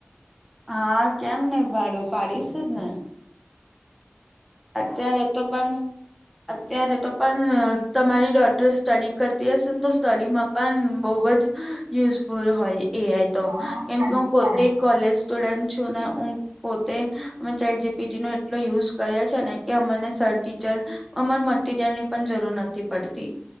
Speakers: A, in the centre; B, on the right.
A: હા કેમ ને પાડું પાડીશ જ ને. અત્યારે તો પન, અત્યારે તો પન તમારી ડોટર સ્ટડી કરતી હશે ને, તો સ્ટડીમાં પણ બહુ જ યુઝફુલ હોએ એ. આઈ.
B: હા
A: તો કેમ
B: સ્ટડી
A: કે હું
B: જ
A: પોતે કોલેજ ટુડન્ટ છું ને હુ પોતે અમે ચેટ જીપીટી નો એટલો યુઝ કર્યા છે ને કે અમને સર ટીચર અમાર મટરિયલ ની પણ જરૂર નથી પડતી.